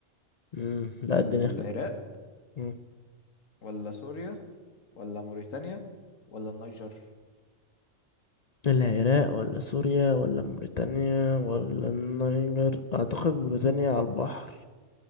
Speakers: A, on the left (about 50°); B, on the left (about 80°).
A: مم. لا اديني
B: العراق
A: خ... مم.
B: ولا سوريا ولا موريتانيا ولا النيجر
A: العراق ولا سوريا ولا موريتانيا ولا النيجر اعتقد موريتانيا على البحر